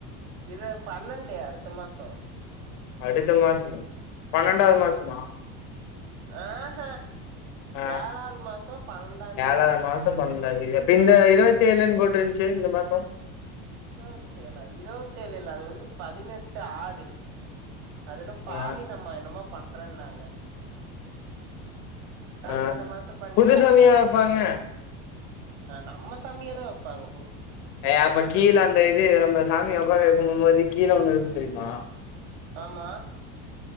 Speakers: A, on the right; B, on the left.
A: இது பன்னெண்டு அடுத்த மாசோ
B: அடுத்த மாசம பன்னெண்டாவது மாசமா
A: ஆஹ
B: ஆ
A: ஏழாவது மாசோ பன்னெண்டா தேதி
B: அப்ப இந்த இருவத்தி ஏழுன்னு போட்டிருந்துச்சு இந்த மாசோ
A: இருவத்தேழா இருவத்தேழு இல்ல அது வந்து பதினெட்டு ஆறு அது என்ன பாலினம்மா
B: ஆ
A: என்னமோ பண்றேன்னாங்க அது
B: ஆ
A: இந்த மாசோ பண்ணிட்டு
B: புது சாமியா
A: அடுத்த மாசோ
B: வைப்பாங்க
A: அ நம்ம சாமியதா வப்பாங்க
B: ஏய் அப்ப கீழ அந்த இது நம்ம சாமி உக்கார வைக்கு போம் போது கீழ ஒண்ணு இருக்கு தெரியுமா
A: ஆம்மா